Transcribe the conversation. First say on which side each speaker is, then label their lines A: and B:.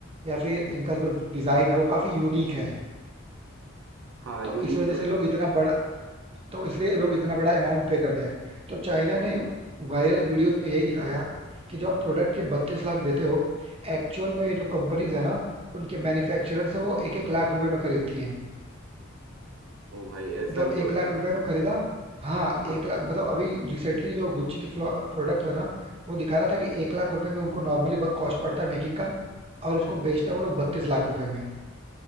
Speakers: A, on the right; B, on the right.
A: या फिर इनका जो डिजाइन है वो काफी यूनिक है
B: हाँ
A: तो
B: यूनिक
A: इस वजह
B: तो
A: से लोग
B: है
A: इतना बड़ा तो इसलिए लोग इतना बड़ा अमाउंट पे करते हैं तो चाइना ने वायरल वीडियोस में यही दिखाया कि जो आप प्रोडक्ट के बत्तीस लाख देते हो एक्चुअल में ये जो कंपनीज है ना उनके मैन्युफैक्चरर से वो एक एक लाख रुपए में खरीदती हैं
B: ओ भाई ऐसा
A: मतलब
B: भी होता
A: एक लाख
B: है
A: रुपए
B: क्या
A: में खरीदा हाँ
B: हाँ
A: एक लाख मतलब अभी रिसेंटली जो गुच्ची की प्रोडक्ट था ना वो दिखा रहा था कि एक लाख रुपए में उनको नॉर्मली कॉस्ट पड़ता है मेकिंग का और इसको बेचते हैं वो लोग बत्तीस लाख रुपए में